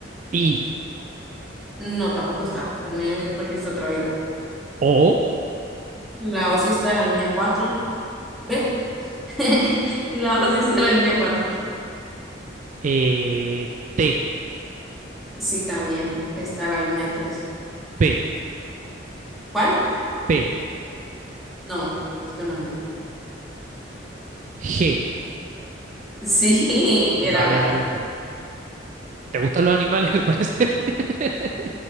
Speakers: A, on the right; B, in the centre.
A: I.
B: No, tampoco está. Tené- perdiste otra vida.
A: O.
B: La O sí está en la línea 4. ¿Ve? <laughs> Y la voz sí está en la línea cuatro
A: eh, T.
B: Sí, también está en la línea tres
A: P.
B: ¿Cuál?
A: P.
B: No, perdiste una vida.
A: G.
B: Sí,
A: Vale,
B: <laughs> era gato.
A: vale. ¿Te gustan los animales, al parecer? <laughs>